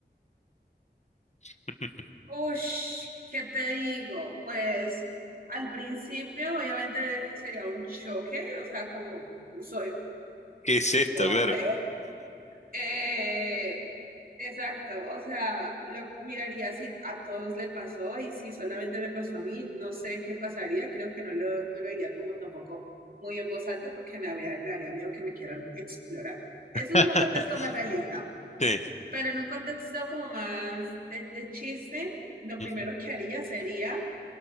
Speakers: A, on the left (about 40°); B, on the right (about 55°).
A: <laughs>
B: Ush, ¿qué te digo? Pues al principio obviamente sería un choque, o sea, como soy
A: ¿Qué es esto?
B: hombre.
A: Claro.
B: Eh, exacto, o sea, lo miraría si a todos le pasó y si solamente me pasó a mí, no sé qué pasaría, creo que no lo, no lo diría como tampoco muy en voz alta porque me, había- me haría miedo que me quieran explorar. Eso
A: <laughs>
B: es un contexto más realista.
A: Sí.
B: Pero en un contexto como más de, de chiste, lo
A: Ujú.
B: primero que haría sería